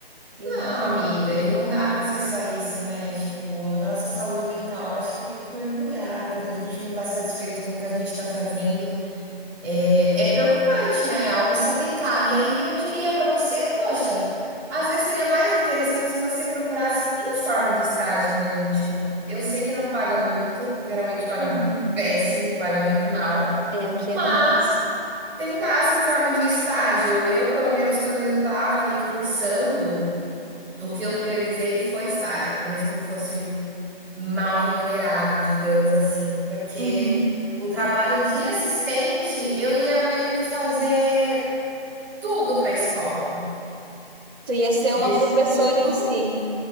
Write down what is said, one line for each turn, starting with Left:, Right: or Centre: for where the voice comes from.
Right: Então,
Centre: Não, amiga, e não dá pra ser só isso, né, tipo, a nossa saúde mental acho que vem em primeiro lugar, quando a gente não tá satisfeito com o que a gente tá fazendo, É é preocupante, né? Algo a se atentar. E aí eu diria para você, poxa, às vezes seria mais interessante se você procurasse em forma de estágio mesmo. Tipo, eu sei que não paga muito, geralmente paga
Right: Uhum.
Centre: péssimo, paga muito mal,
Right: é, aqui é
Centre: mas
Right: tempo.
Centre: tentasse em forma de estágio. Eu, pelo menos, quando eu estava ali cursando, o que eu priorizei foi estágio, mesmo que fosse mal remunerado, digamos assim, porque
Right: Uhum.
Centre: o trabalho de assistente eu ia meio que fazer tudo para a escola.
Right: Tu ia ser
Centre: E
Right: uma
Centre: esse
Right: professora
Centre: tudo
Right: em si.